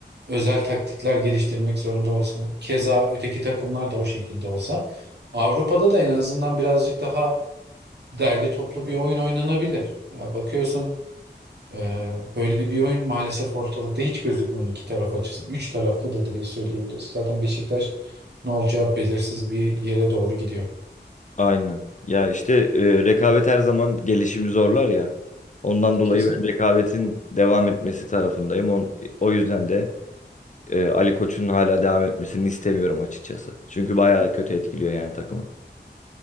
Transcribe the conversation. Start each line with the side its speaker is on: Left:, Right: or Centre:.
Right: özel taktikler geliştirmek zorunda olsun. Keza öteki takımlar da o şekilde olsa Avrupa'da da en azından birazcık daha derli toplu bir oyun oynanabilir. Ya bakıyorsun ee, böyle bir oyun maalesef ortalıkta hiç gözükmüyor iki taraf açısından. Üç tarafı da diye söyleyebiliriz. Zaten Beşiktaş ne olacağı belirsiz bir yere doğru gidiyor.
Left: Aynen. Ya işte e, rekabet her zaman gelişimi zorlar ya. Ondan dolayı
Right: Kesin.
Left: ben rekabetin devam etmesi tarafındayım. On, o yüzden de e, Ali Koç'un hala devam etmesini istemiyorum açıkçası. Çünkü bayağı kötü etkiliyor yani takımı.